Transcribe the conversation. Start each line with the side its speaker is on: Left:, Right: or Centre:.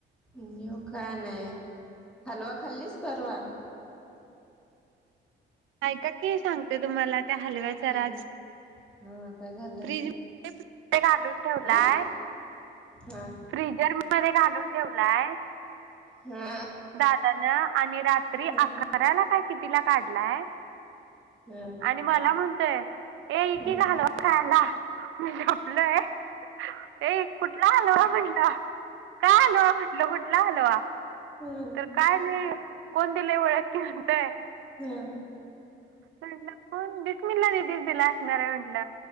Centre: न्यू काय नाही, हलवा खाल्लीस परवा?
Right: ऐका की सांगते तुम्हाला त्या हलव्याचा
Centre: हं
Right: राज
Centre: हा काय झालं
Right: फ्रीज <unintelligible> ध्ये घालून ठेवलाय
Centre: आ हा
Right: फ्रीजर म मध्ये घालून ठेवलाय
Centre: हा
Right: दादानं आणि रात्री
Centre: ह
Right: अकराला काय कितीला काढलाय
Centre: ह
Right: आणि मला म्हण तय ए येकी
Centre: ह ह
Right: ग हलवा खायला, मी झोपलोय, ए कुठंला हलवा म्हटलं काय हलवा म्हटलं कुठ कुठला हलवा
Centre: ह ह
Right: तर काय नाही कोण दिलेय ओळक की म्हणतय.
Centre: हा.
Right: म्हटलं कोण बिस्मिला दी दी नीच दिला असणार आहे म्हंटल